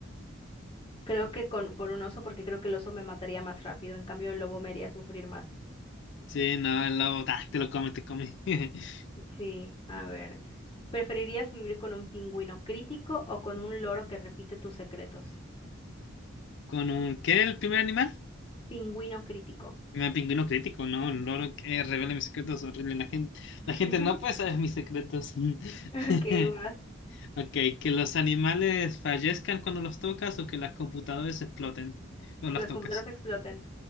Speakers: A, on the left (about 30°); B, on the left (about 60°).
A: creo que con, por un oso, porque creo que el oso me mataría más rápido. En cambio, el lobo me haría sufrir más.
B: Sí, no, el lobo, ta, te lo come, te come. <laughs>
A: Sí, a ver. ¿Preferirías vivir con un pingüino crítico o con un loro que repite tus secretos?
B: ¿Con un. ¿Qué era el primer animal?
A: Pingüino crítico.
B: Me pingüino crítico, ¿no? Un loro que revela mis secretos, horrible. La gente,
A: <laughs>
B: la gente no puede saber mis secretos. <laughs>
A: Ok, va.
B: Ok, que los animales fallezcan cuando los tocas o que las computadoras exploten cuando
A: Que
B: las
A: las
B: tocas.
A: computadoras exploten.